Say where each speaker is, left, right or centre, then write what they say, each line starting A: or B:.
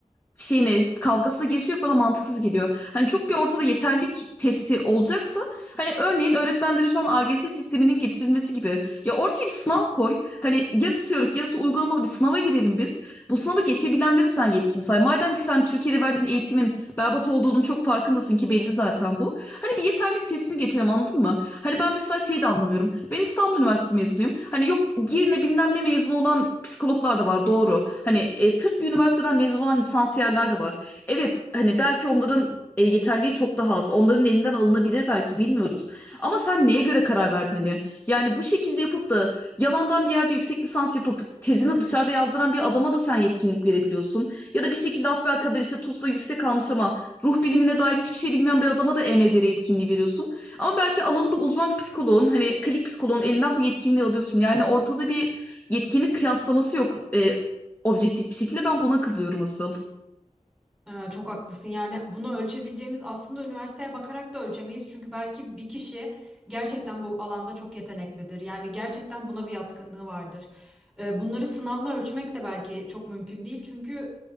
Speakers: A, on the left (about 15°); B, in the centre.
A: şeyine kavgasına girişmek bana mantıksız geliyor. Hani çok bir ortada yeterlik testi olacaksa hani örneğin öğretmenlere şu an AGS sisteminin getirilmesi gibi ya ortaya bir sınav koy. Hani yarısı teorik yarısı uygulamalı bir sınava girelim biz. Bu sınavı geçebilenleri sen yetkin say. Madem ki sen Türkiye'de verdiğin eğitimin berbat olduğunun çok farkındasın ki belli zaten bu. Hani bir yeterlik testini geçelim anladın mı? Hani ben mesela şeyi de anlamıyorum. Ben İstanbul Üniversitesi mezunuyum. Hani yok Girne bilmem ne mezunu olan psikologlar da var doğru. Hani e, tıp bir üniversiteden mezun olan lisansiyerler de var. Evet hani belki onların e, yeterliği çok daha az. Onların elinden alınabilir belki bilmiyoruz. Ama sen neye göre karar verdin hani? Yani bu şekilde yapıp da yalandan bir yerde yüksek lisans yapıp tezini dışarıda yazdıran bir adama da sen yetkinlik verebiliyorsun. Ya da bir şekilde asbelkader işte TUS'ta yüksek almış ama ruh bilimine dair hiçbir şey bilmeyen bir adama da EMDR yetkinliği veriyorsun. Ama belki alanında uzman bir psikoloğun hani klinik psikoloğun elinden bu yetkinliği alıyorsun. Yani ortada bir yetkinlik kıyaslaması yok e, objektif bir şekilde. Ben buna kızıyorum asıl.
B: Ee, çok haklısın. Yani bunu ölçebileceğimiz aslında üniversiteye bakarak da ölçemeyiz. Çünkü belki bir kişi gerçekten bu alanda çok yeteneklidir. Yani gerçekten buna bir yatkınlığı vardır. Ee, bunları sınavla ölçmek de belki çok mümkün değil. Çünkü